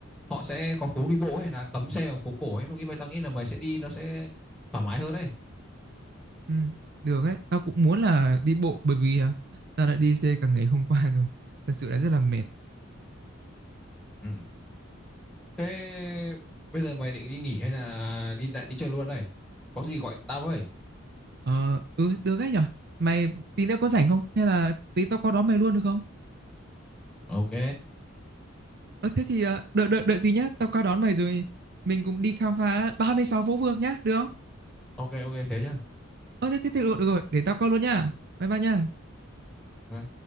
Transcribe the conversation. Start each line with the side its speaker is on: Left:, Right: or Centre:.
Centre: họ sẽ có phố đi bộ hay là cấm xe vào phố cổ ấy lúc ấy mày tao nghĩ là mày sẽ đi nó sẽ thoải mái hơn đấy
Right: Ừ, được ấy, tao cũng muốn là đi bộ bởi vì à, tao đã đi xe cả ngày hôm qua rồi. Thật sự là rất là mệt.
Centre: Ừ. thế bây giờ mày định đi nghỉ hay là đi lại đi chơi luôn đây có gì gọi tao với
Right: Ờ, ừ, được ấy nhở? Mày tí nữa có rảnh không? Hay là tí tao qua đón mày luôn được không?
Centre: ok
Right: Ờ, thế thì à, đợi, đợi, đợi tí nhá, tao qua đón mày rồi mình cùng đi khám phá ba mươi sáu phố phường nhá, được không?
Centre: ok ok thế nhá
Right: Ờ, thế, thế, thế được, được rồi, để tao qua luôn nhá. Bye bye nhá.
Centre: Ừ.